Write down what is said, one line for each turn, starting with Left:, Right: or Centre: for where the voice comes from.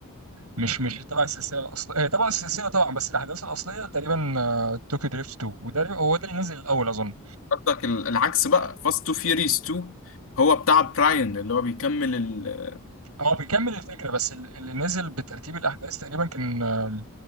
Right: مش مش تبع السلسله الاصليه هي تبع السلسله طبعا بس الاحداث الاصليه تقريبا آه، طوكيو دريفت 2 وده هو ده اللي نزل الاول اظن
Left: قصدك ال- العكس بقى فاست تو فيوريز 2 هو بتاع براين اللي هو بيكمل ال...
Right: هو بيكمل الفكره بس ال- اللي نزل بترتيب الاحداث تقريبا كان